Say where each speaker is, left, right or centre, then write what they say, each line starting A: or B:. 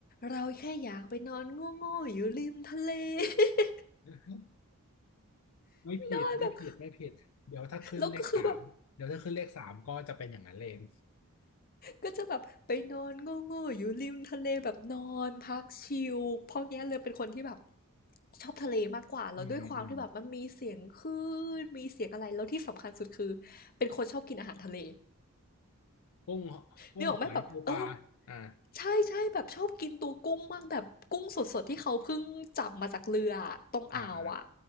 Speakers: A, on the left (about 45°); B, on the left (about 70°).
A: เราแค่อยากไปนอนโง่ๆอยู่ริมทะเล <laughs>
B: <laughs> ไม่ผิดไม่ผิดไม่ผิดเดี๋ยวถ้าขึ้นเลขสามเดี๋ยวถ้าขึ้นเลขสามก็จะเป็นอย่างนั้นเอง
A: นอนแบบแล้วก็คือแบบ ก็จะแบบไปนอนโง่ๆอยู่ริมทะเลแบบนอนพักชิลเพราะเงี้ยเลยเป็นคนที่แบบชอบทะเลมากกว่าแล้วด้วยความที่แบบมันมีเสียงคลื่นมีเสียงอะไรแล้วที่สำคัญสุดคือเป็นคนชอบกินอาหารทะเล
B: อืมอืม กุ้งกุ้งหอยปูปลาอ่า
A: นึกออกไหมแบบเออใช่ใช่แบบชอบกินตัวกุ้งมากแบบกุ้งสดๆที่เขาเพิ่งจับมาจากเรือตรงอ่าวอ่ะ
B: อ่าอ่า